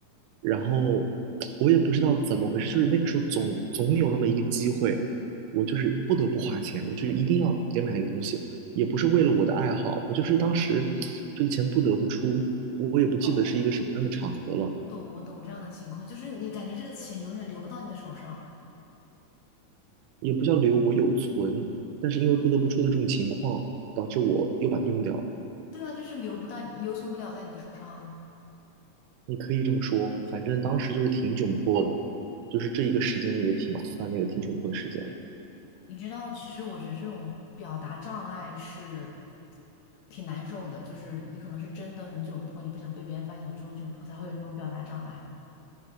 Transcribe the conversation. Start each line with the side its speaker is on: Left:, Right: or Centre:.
Right: 然后我也不知道怎么回事，就是那个时候总总有那么一个机会，我就是不得不花钱，我就是一定要得买那个东西，也不是为了我的爱好，我就是当时这个钱不得不出，我也不记得是一个什么样的场合了，
Left: 懂，我懂，我懂这样的情况，就是你感觉这个钱永远流不到你的手上。
Right: 也不叫留，我有存，但是因为不得不出的这种情况，导致我又把它用掉了，
Left: 对啊，就是流不到，留存不了在你的手上啊。
Right: 你可以这么说，反正当时就是挺窘迫的，就是这一个时间也挺算那个挺窘迫的时间了。
Left: 你知道，其实我觉得这种表达障碍是挺难受的，就是你可能是真的很窘迫，你不想被别人发现你这种窘迫，才会有这种表达障碍。